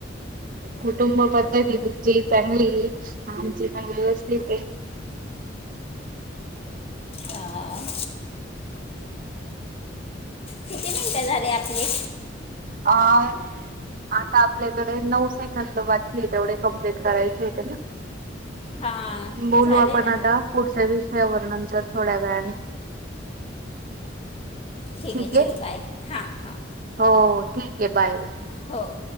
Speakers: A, on the right; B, on the left.
A: कुटुंब पद् ध्ती तुमची चांगलीये. आमची पण व्यवस्थितये.
B: हा. किती मिनिटं झाले आपले?
A: अ <unintelligible> आता आपल्याकडे नऊ सेकंद बाकीय. तेवढे कम्प्लीट करायचे होते ना? <unintelligible>
B: हां
A: बोलू
B: झाले
A: आपण
B: ना
A: आता पुढच्या विषयावर, नंतर थोड्या वेळाने.
B: ठीकय,
A: ठीक
B: चलो
A: आहे.
B: बाय. हा, हा.
A: हो, ठीकय बाय - बाय.
B: हो